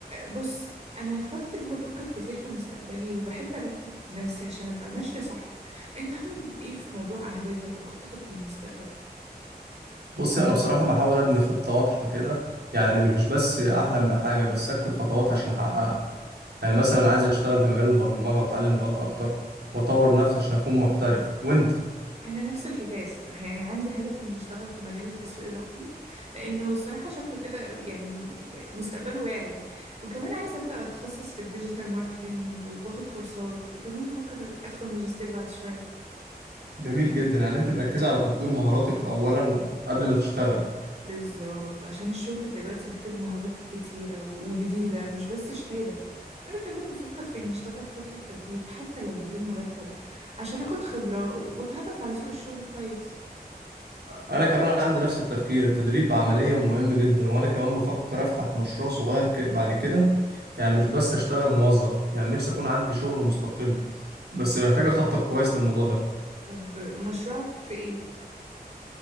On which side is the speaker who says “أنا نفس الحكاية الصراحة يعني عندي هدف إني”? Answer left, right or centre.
Right